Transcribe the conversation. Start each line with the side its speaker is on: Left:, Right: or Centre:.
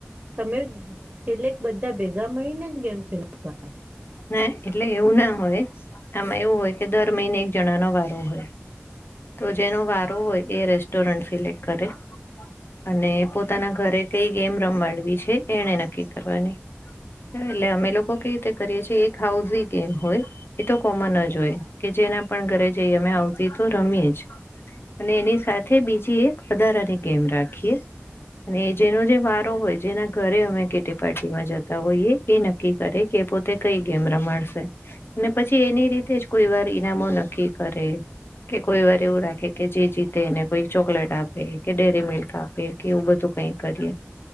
Right: તમે સિલેક્ટ બધા ભેગા મળીને જ ગેમ સિલેક્ટ કરો.
Left: ના એટલે એવું ના હોય આમાં એવું હોય કે દર મહિને એક જણા નો વારો હોય. તો જેનો વારો હોય એ રેસ્ટોરન્ટ સિલેક્ટ કરે. અને પોતાના ઘરે કઈ ગેમ રમાડવી છે એને નક્કી કરવાની. એટલે અમે લોકો કેવી રીતે કરીએ છીએ. એક હાઉઝ ગેમ હોય એ તો કોમન જ હોય કે જેના પણ ઘરે જઈ અમે તો હાઉઝ રમીએ જ. અને એની સાથે બીજી એક વધારાની ગેમ રાખીએ. અને જેનો જે વારો હોય જેના ઘરે અમે કેટી પાર્ટીમાં જતા હોઈએ એ નક્કી કરે કે પોતે તે કઈ ગેમ રમાડશે પછી એની રીતે જ કોઈ વાર ઈનામો નક્કી કરે. કે કોઈ વાર એવું રાખે કે જે જીતે ને કોઈ ચોકલેટ આપે કે ડેરી મિલ્ક આપે કે એવું બધું કઈ કરીએ